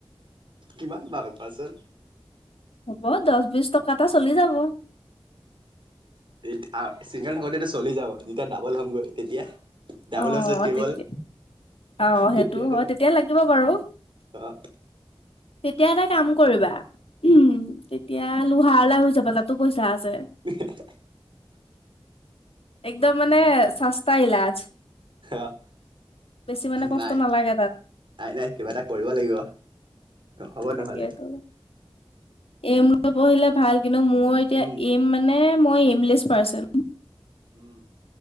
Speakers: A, on the right; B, on the left.
A: কিমান বাৰ পাছ
B: হ'ব দশ বিশ টকাতে চলি যাব।
A: <unintelligible> চিংগল থাকোতেটো চলি যাব যেতিয়া ডাবল হ'মগৈ তেতিয়া? ডাবলৰ
B: অ',
A: পিছত ত্ৰিবল
B: তেতি অ', সেইটো
A: তেতিয়াতো
B: হয় তেতিয়া লাগিব বাৰু।
A: অ
B: তেতিয়া এটা কাম কৰিবা, উম, তেতিয়া লোহাৱলা হৈ যাবা তাতো পইচা আছে।
A: <inaudible>
B: একদম মানে চাস্তা ইলাজ।
A: অ',
B: বেছি মানে কষ্ট
A: নাই,
B: নালাগে তাত
A: নাই নাই কিবা এটা কৰিব লাগিব। হ'ব
B: তাকেতো,
A: নহ'লে
B: এইম লৈ পঢ়িলে ভাল কিন্তু মোৰ এতিয়া
A: উম
B: এইম মানে মই এইমলেছ পাৰ্চন।
A: উম।